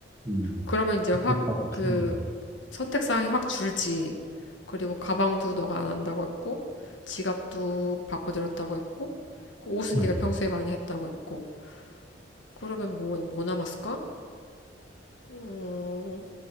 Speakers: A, on the right; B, on the left.
A: 음,
B: 그러면 이제 확
A: 그렇다고
B: 그
A: 싶네.
B: 선택 사항이 확 줄지. 그리고 가방도 너가 안 한다고 했고 지갑도 바꿔드렸다고 했고 그 옷은
A: 음.
B: 네가 평소에 많이 했다고 했고 그러면 뭐 뭐 남았을까? 음,